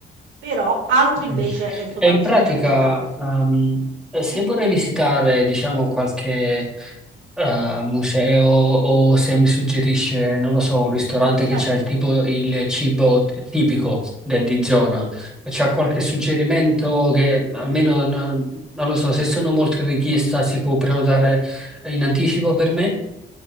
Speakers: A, on the right; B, in the centre.
A: Però altri
B: Ok.
A: invece, eh, insomma
B: E in
A: bisogna
B: pratica,
A: vedere da f
B: ehm,
A: sì,
B: se vorrei visitare, diciamo, qualche eh, museo o se mi suggerisce, non lo so, un ristorante
A: certo,
B: che c'ha il tipo il cibo t- tipico de- di zona, c'ha qualche suggerimento che almeno non, non lo so,
A: sì.
B: se sono molte richieste si può prenotare in anticipo per me?